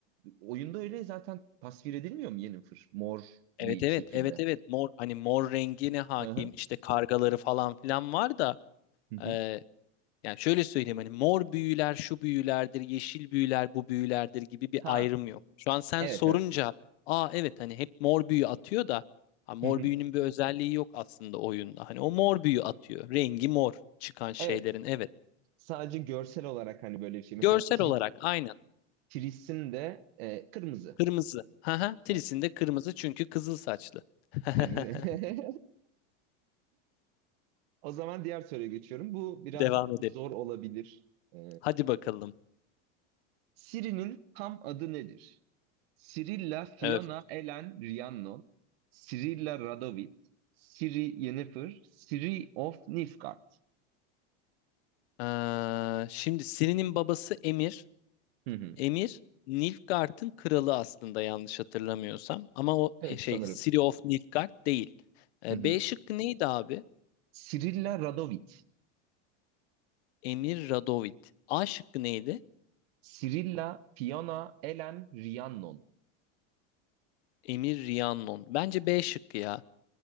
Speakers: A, on the right (about 55°); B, on the left (about 60°).
A: oyunda öyle zaten tasvir edilmiyor mu Yennefer? Mor
B: evet
A: bir
B: evet
A: şekilde.
B: evet evet mor hani mor rengine hakim
A: Hı hı.
B: işte kargaları falan filan var da
A: Hı hı.
B: e, yani şöyle söyleyeyim hani mor büyüler şu büyülerdir yeşil büyüler bu büyülerdir gibi bir
A: Ha.
B: ayrım yok. Şu an sen
A: Evet
B: sorunca
A: evet.
B: aa evet hani hep mor büyü atıyor da ha, mor
A: Hı hı.
B: büyünün bir özelliği yok aslında oyunda. Hani o mor büyü atıyor rengi mor çıkan şeylerin
A: Evet.
B: evet
A: Sadece görsel olarak hani böyle bir şey.
B: görsel
A: Mesela tri-
B: olarak aynı.
A: Tris'in de e, kırmızı.
B: Kırmızı. Haha, Tris'in
A: A-
B: de kırmızı çünkü kızıl saçlı. <laughs>
A: Aynen öyle. <laughs> O zaman diğer soruya geçiyorum. Bu biraz
B: Devam edelim.
A: zor olabilir. E,
B: Hadi bakalım.
A: Siri'nin tam adı nedir? Cirilla Fiona
B: Evet.
A: Ellen Rhiannon. Cirilla Radovid. Ciri Yennefer. Ciri of Nifgard.
B: Ee, şimdi Siri'nin babası Emir.
A: Hı hı.
B: Emir Nilfgaard'ın kralı aslında yanlış hatırlamıyorsam. Ama o
A: Evet
B: e, şey
A: sanırım.
B: Siri of Nilfgaard değil. Ee,
A: Hı hı.
B: B şıkkı neydi abi?
A: Cirilla Radovid.
B: Emir Radovid. A şıkkı neydi?
A: Cirilla Fiona Ellen Rhiannon.
B: Emir Rhiannon. Bence B şıkkı ya.